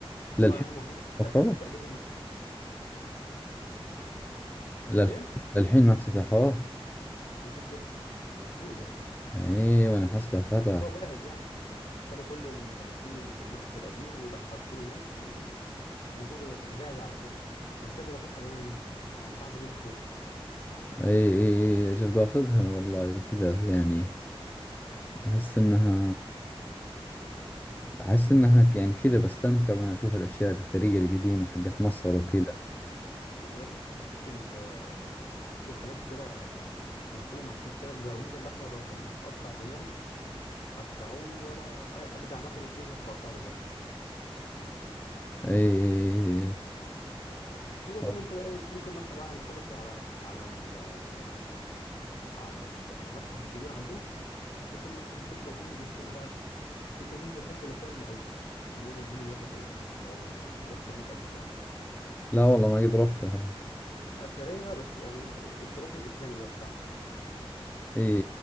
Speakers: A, on the left; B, on the left.
A: بس
B: للحين
A: هو يعني المفروض
B: فتحوه
A: آخر تأجيل النهاردة
B: للحين
A: ليه؟
B: للحين ما افتتحوه
A: المفروض لسه المفروض يعني
B: ايه وانا حسبه فتح
A: هو جاهز يعني خدوا كل التماثيل اللي في المتحف القديم وده حطوه هناك ومفروض جاهز على كده بس هتبقى فسحه جميله جدا أنا انصحك ان انت تروح
B: ايه ايه ايه اجل باخذها والله اذا كذا يعني احس انها احس انها يعني كذا بستمتع وانا اشوف الاشياء الاثريه القديمه حقت مصر وكذا
A: لا لا شيء غريب هتشوف ال هتشوف حاجات كده يعني مش مفهومه هتشوف كده الجرانيت الاحمر لو كان بيتقطع زمان قطعوه ولا أي اجدع مكنه تيزر تقطعه دلوقتي
B: ايه ايه ايه إيه، إيه.
A: سبحان الله في برضه
B: طب.
A: من- انت ممكن مثلا بعد ما تخلص على على ال- على المتحف الكبير عندنا ممكن مثلا تبدا تنزل فين بقى تبدا تنزل الحته اللي فيها المعز المعز الدين الله فاطمي لو رحت هناك قبل كده
B: لا والله ما قد رحتها
A: اثريه بس يعني التراث الاسلامي بقى بتاعنا
B: ايه ايه